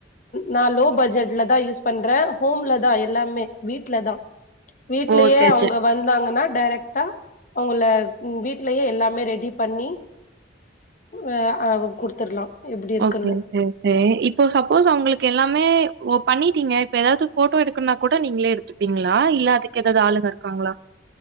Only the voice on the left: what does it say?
நான் லோ பட்ஜெட்ல தான் யூஸ் பண்றேன் ஹோம்ல தான் எல்லாமே வீட்லதான் வீட்லயே
அவங்க வந்தாங்கன்னா டைரக்ட்டா அவங்கள உ வீட்லயே எல்லாமே ரெடி பண்ணி அ அ குடுத்துர்லா எப்டி இருக்குன்னு